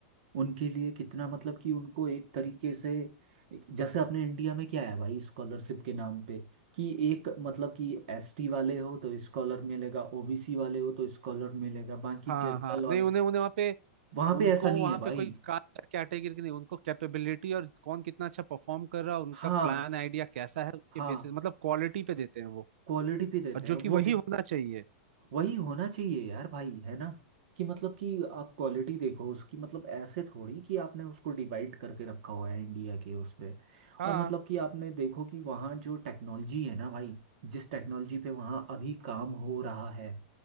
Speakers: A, on the right; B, on the right.
A: उनके लिए कितना मतलब कि उनको एक तरीके से जैसे अपने इंडिया में क्या है भाई स्कॉलरशिप के नाम पे कि एक मतलब कि एसटी वाले हो तो स्कॉलर मिलेगा ओबीसी वाले हो तो स्कॉलर मिलेगा बाकी
B: हाँ
A: जनरल
B: हाँ
A: वाले
B: नहीं उन्हें उन्हें वहाँ पे
A: वहाँ
B: उनको
A: पे ऐसा नहीं
B: वहाँ
A: है भाई
B: पे कोई कास्ट कैटेगरी की नहीं उनको कैपेबिलिटी और कौन कितना अच्छा परफॉर्म कर रहा है उनका
A: हाँ
B: प्लान आइडिया कैसा है उसके
A: हाँ
B: बेसिस मतलब क्वालिटी पे देते हैं वो
A: क्वालिटी पे देते
B: और जो
A: हैं
B: कि
A: वो
B: वही
A: मे-
B: होना चाहिए
A: वही होना चाहिए यार भाई है ना कि मतलब कि आप क्वालिटी देखो उसकी मतलब ऐसे थोड़ी कि आपने उसको डिवाइड करके रखा हुआ है इंडिया के उस पे
B: हाँ
A: और मतलब कि आपने देखो कि वहाँ जो टेक्नोलॉजी है ना भाई जिस टेक्नोलॉजी पे वहाँ अभी काम हो रहा है